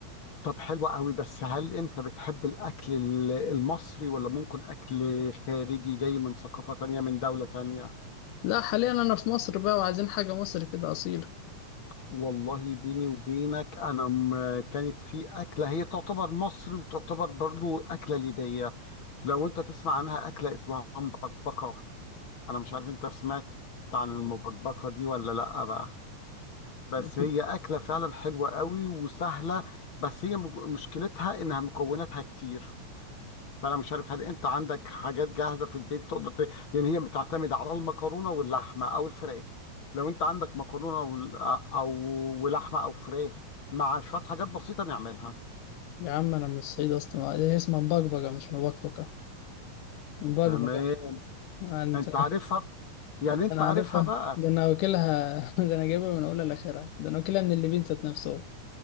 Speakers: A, on the left (about 50°); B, on the left (about 80°).
A: طب حلو قوي بس هل انت بتحب الاكل ال- المصري ولا ممكن اكل خارجي جاي من ثقافة تانية من دولة تانية
B: لا حاليا أنا في مصر بقى وعايزين حاجة مصر كده أصيلة
A: والله بيني وبينك انا م- كانت في اكلة هي تعتبر مصري وتعتبر برضو اكلة ليبية لو انت تسمع عنها اكله اسمها مبكبكه انا مش عارف انت سمعت عن المبكبكه دي ولا لا بقى بس
B: <laughs>
A: هي اكله فعلا حلوه قوي وسهله بس هي مج- مشكلتها انها مكوناتها كتير فانا مش عارف هل انت عندك حاجات جاهزه في البيت تقدر ت... يعني هي بتعتمد على المكرونه واللحمه او الفراخ لو انت عندك مكرونه وال... او ولحمه او فراخ مع شويه حاجات بسيطه نعملها
B: يا عم أنا من الصعيد أصلا هي اسمها مبكبكة مش مبكبكة مبكبكة
A: تمام
B: أنت
A: انت عارفها يعني انت
B: أنا
A: عارفها
B: عارفها
A: بقى
B: ده أنا واكلها <laughs> ده أنا جايبها من أولها لآخرها ده أنا واكلها من اللي بين ذات نفسه